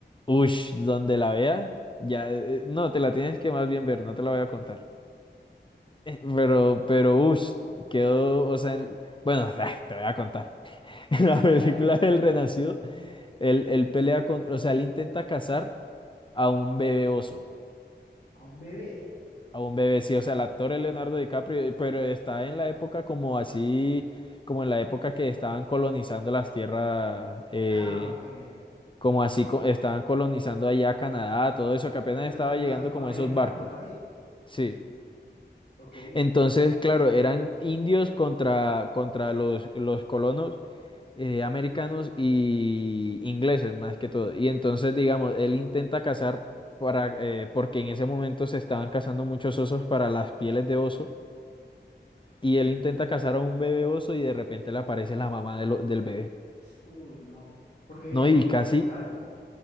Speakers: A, on the left; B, on the left.
A: Ush, donde la veas, ya, eh, no, te la tienes que más bien ver, no te la voy a contar. Eh, Pero, pero, ush, quedó, o sea, el- bueno, <laughs> te voy a contar. <laughs> En la
B: <laughs>
A: película del Renacido, él, él pelea contra, o sea, él intenta cazar a un bebé oso,
B: A un bebé.
A: a un bebé, sí, o sea, el actor es Leonardo DiCaprio, eh, pero está en la época como así, como en la época que estaban colonizando las tierras, eh,
B: Ah, ok.
A: como así, co- estaban colonizando allá Canadá, todo eso, que apenas
B: Pues
A: estaba
B: están los
A: llegando
B: nativos
A: como
B: americanos,
A: esos barcos.
B: algo así.
A: Sí.
B: Ok.
A: Entonces, claro, eran indios contra, contra los, los colonos eh, americanos y ingleses más que todo. Y entonces, digamos, él intenta cazar para, eh, porque en ese momento se estaban cazando muchos osos para las pieles de oso. Y él intenta cazar a un bebé oso y de repente le aparece la mamá de lo- del bebé.
B: Uy, no. Porque
A: No,
B: eso
A: y
B: puede ser
A: casi
B: otro caso.